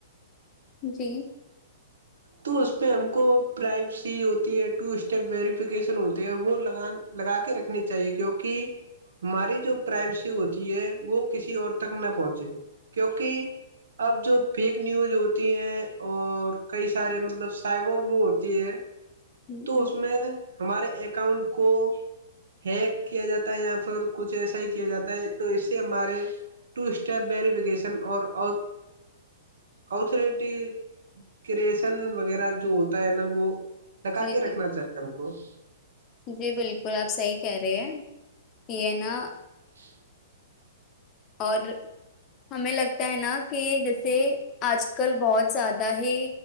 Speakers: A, on the left; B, on the right.
A: جی
B: تو اس پ ہم کو پرائیوسی ہوتی ہے ٹو اسٹیپ ویریفکیشن ہوتے ہے وہ لگان لگا کے رکھنی چاہیے کیونکہ ہماری جو پرائیوسی ہوتی ہے وہ کسی اور تک نہ پہنچے کیونکہ اب جو فیک نیوز ہوتی ہیں اور کئی سارے مطلب سائبر وہ ہوتی ہے
A: ہ
B: تو اس میں ہمارے اکاؤنٹ کو ہیک کیا جاتا ہے یا پھر کچھ ایسا ہی کیا جاتا ہے تو اس سے ہمارے ٹو اسٹپ ویریفکیشن اور اریٹی کے ن وغیرہ جو ہوتا ہے نا وہ تک
A: جی
B: آگے
A: جی
B: رکھنا چاہیے کوش
A: جی بالکل آپ صحی کہہ رہے ہیں کہ یہ نا
B: <unintelligible>
A: اور ہمیں لگتا ہے نا کہ جیسے آج کل بہت زیادہ ہی